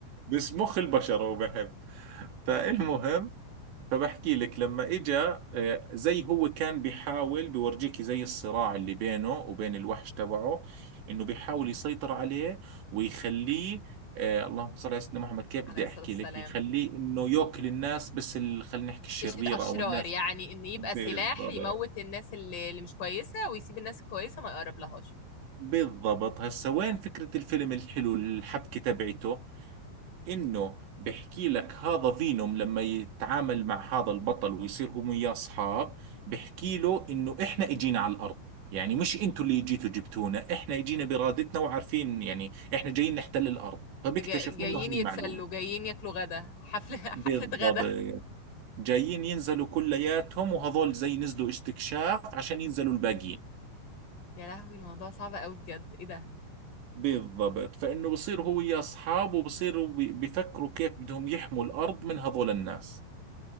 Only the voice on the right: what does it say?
بس مخ البشر هو بحب فالمهم فبحكي لك لما اجى آه، زي هو كان بيحاول بيورجيك زي الصراع اللي بينه وبين الوحش تبعه انه بيحاول يسيطر عليه ويخليه آه اللهم صل على سيدنا محمد كيف بدي
احكي
لك يخليه انه ياكل الناس بس ال- خلينا نحكي الشريرة
او الناس
بالضبط
بالضبط هسا وين فكرة الفيلم الحلو الحبكة تبعته انه بحكي لك هذا فينوم لما يتعامل مع هذا البطل ويصير هم وياه اصحاب بحكي له انه احنا اجينا على الارض يعني مش انتوا اللي جيتوا جبتونا احنا اجينا بارادتنا وعارفين يعني احنا جايين نحتل الارض فبيكتشف
منه هاي
المعلومة
بالضبط
جايين ينزلوا كلياتهم وهذول زي نزلوا استكشاف عشان ينزلوا الباقيين
بالضبط فإنه بصير هو ويا أصحابه بصيروا بي- بيفكروا كيف بدهم يحموا الأرض من هذول الناس